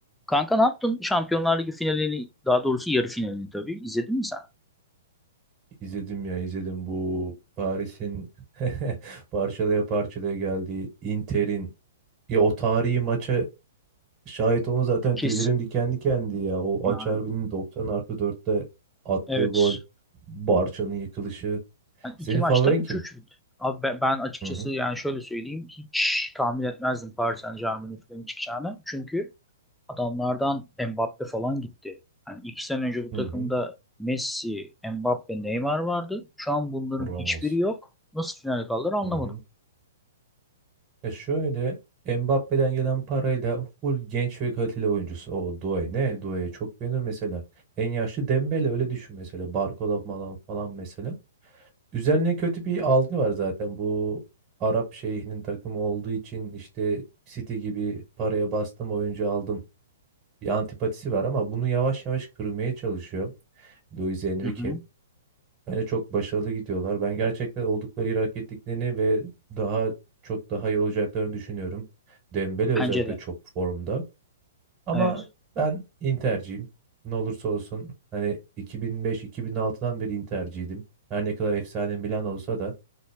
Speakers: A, in the centre; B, on the right (about 25°).
A: Kanka ne yaptın? Şampiyonlar Ligi finalini, daha doğrusu yarı finalini tabii. İzledin mi sen?
B: İzledim ya izledim bu Paris'in <laughs> parçalaya parçalaya geldiği Inter'in ya o tarihi maça şahit olma zaten
A: Kes.
B: tüylerim diken dikendi ya. O
A: Yani
B: Acerbi'nin 90 artı dörtte attığı
A: evet.
B: gol, Barça'nın yıkılışı.
A: Yani
B: Senin
A: iki maçta
B: favorin
A: üç
B: kim?
A: üç bitti. Abi ben, ben açıkçası
B: Hı hı.
A: yani şöyle söyleyeyim hiç tahmin etmezdim Paris Saint-Germain'in finali çıkacağını. Çünkü adamlardan Mbappe falan gitti. Yani iki sene önce bu
B: Hı
A: takımda
B: hı.
A: Messi, Mbappe, Neymar vardı. Şu an bunların
B: Ramos.
A: hiçbiri yok. Nasıl finale kaldılar anlamadım.
B: Hı hı. E şöyle Mbappe'den gelen parayla full genç ve kaliteli oyuncusu. O Doué ne? Doué'yi çok beğenir mesela. En yaşlı Dembele öyle düşün mesela. Barcola falan falan mesela. Üzerine kötü bir algı var zaten. Bu Arap şeyhinin takımı olduğu için işte City gibi paraya bastım oyuncu aldım. Bir antipatisi var ama bunu yavaş yavaş kırmaya çalışıyor Luis Enrique.
A: Hı hı.
B: Bence çok başarılı gidiyorlar. Ben gerçekten oldukları yeri hak ettiklerini ve daha çok daha iyi olacaklarını düşünüyorum. Dembele özellikle
A: Bence de.
B: çok formda. Ama
A: Evet.
B: ben Inter'ciyim. Ne olursa olsun hani 2005-2006'dan beri Inter'ciydim. Her ne kadar efsane Milan olsa da